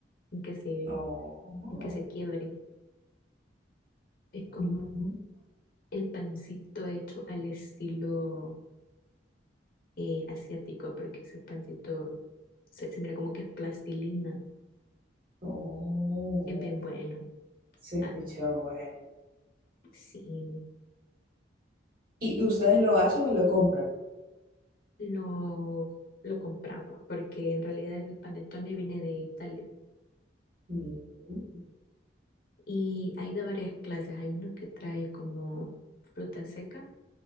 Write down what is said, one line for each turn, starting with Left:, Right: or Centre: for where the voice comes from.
Left: sin que se,
Right: Oh,
Left: sin que se quiebre. Es como
Right: mm,
Left: el pancito hecho al estilo eh, asiático, porque ese pancito se, se mira como que es plastilina,
Right: oh.
Left: es bien bueno.
Right: Se escucha
Left: Ah,
Right: bueno.
Left: sí.
Right: ¿Y y ustedes lo hacen o lo compran?
Left: lo, lo compramos, porque en realidad el panettone viene de Italia
Right: Mm,
Left: y hay de varias clases. Hay uno que trae como fruta seca,